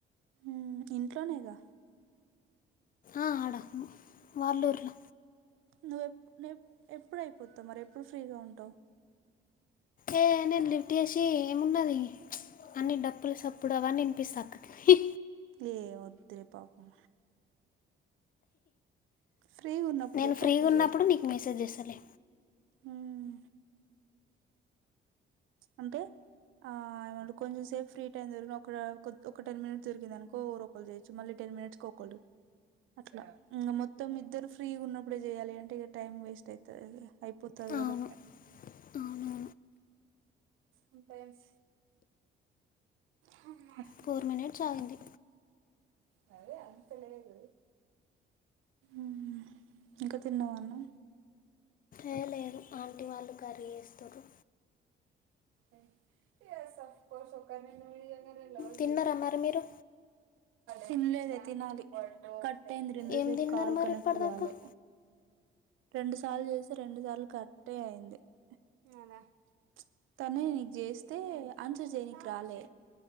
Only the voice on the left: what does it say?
ఆ ఆడ వాళ్ళుర్ల
ఏ నేను లిఫ్ట్ ఏషి ఏమున్నది అన్ని డప్పుల సప్పుడవ్వనిపిస్తాక్ హీ
నేను
ఫ్రీ
గున్నప్పుడు నీకు మెసేజ్ చేస్తలే
అవును
అవునవును
ఫోర్ మినేట్స్ ఆగింది
ఏ లేదు ఆంటి వాళ్ళు కర్రీ చేస్తుర్రు
తిన్నారా మరి మీరు
ఏం తిన్నారు
మరి
ఇప్పటిదాకా